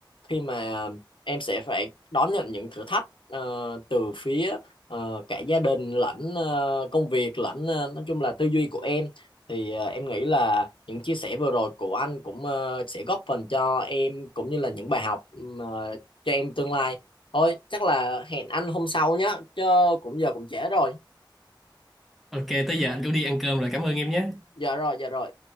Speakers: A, on the left (about 85°); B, in the centre.
A: khi mà em sẽ phải đón nhận những thử thách ờ, từ phía ờ, cả gia đình lẫn ờ, công việc lẫn ờ, nói chung là tư duy của em thì ờ, em nghĩ là những chia sẻ vừa rồi của anh cũng ờ, sẽ góp phần cho em cũng như là những bài học mà cho em tương lai thôi chắc là hẹn anh hôm sau nhé chứ cũng giờ cũng trễ rồi
B: ok tới giờ anh cũng đi ăn cơm rồi cảm ơn em nhé
A: dạ rồi dạ rồi